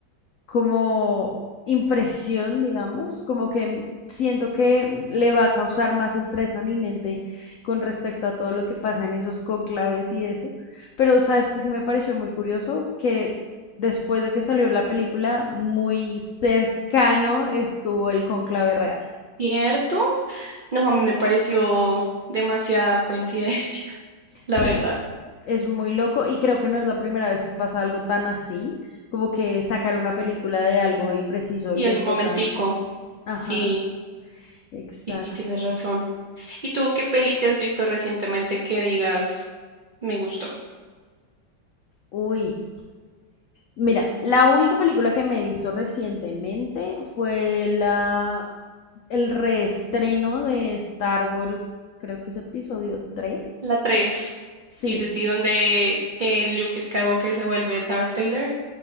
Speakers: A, on the left; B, on the right.
A: como impresión, digamos, como que siento que le va a causar más estrés a mi mente con respecto a todo lo que pasa en esos conclaves y eso. Pero sabes que sí me pareció muy curioso que después de que salió la película, muy cercano estuvo el conclave real.
B: ¿Cierto? No, a mí me pareció demasiada coincidencia, <laughs> la
A: Sí.
B: verdad.
A: Es muy loco y creo que no es la primera vez que pasa algo tan así, como que sacar una película de algo y preciso
B: Y
A: les
B: el momentico,
A: toca. Ajá,
B: sí,
A: exacto.
B: sí, sí, tienes razón. ¿Y tú qué peli te has visto recientemente que digas, me gustó?
A: Uy, Mira, la única película que me he visto recientemente fue la, el reestreno de Star Wars, creo que es episodio tres,
B: La tres,
A: Sí,
B: Sí, sí, sí, donde eh, Luke Skywalker se vuelve Darth Vader.